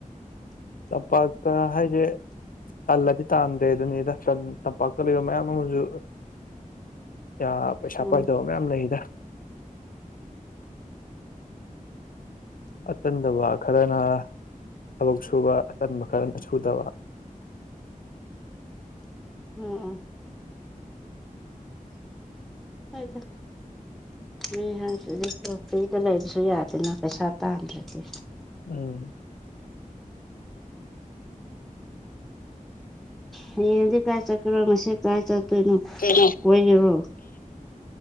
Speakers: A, on the left; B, in the centre.
A: ꯇꯝꯄꯥꯛꯇ ꯍꯥꯏꯁꯦ ꯇꯜꯂꯗꯤ ꯇꯥꯟꯗ꯭ꯔꯦ ꯑꯗꯨꯅꯤ ꯔꯁꯟ ꯇꯝꯄꯥꯛꯇ ꯂꯩꯕ ꯃꯌꯥꯝ ꯑꯃꯁꯨ ꯌꯥ ꯄꯩꯁꯥ
B: ꯎꯝ
A: ꯄꯥꯏꯗꯕ ꯃꯌꯥꯝ ꯂꯩꯗ ꯑꯇꯟꯗꯕ ꯈꯔꯅ ꯊꯕꯛ ꯁꯨꯕ ꯑꯇꯟꯕ ꯈꯔꯅ ꯁꯨꯗꯕ
B: ꯑꯣ ꯍꯥꯏ ꯇ ꯃꯤ ꯍꯥꯏꯖꯤ ꯀꯔꯤꯗ ꯂꯩꯕꯁꯨ ꯌꯥꯗꯦꯅ ꯄꯩꯁꯥ ꯇꯥꯟꯗ꯭ꯔꯗꯤ
A: ꯎꯝ
B: ꯍꯌꯦꯡꯗꯤ ꯀꯥꯏ ꯆꯠꯈꯔꯣ ꯉ ꯀꯥꯏ ꯆꯠꯇꯣꯏꯅꯣ
A: ꯀꯩ
B: ꯀꯣꯏꯒꯤꯔꯣ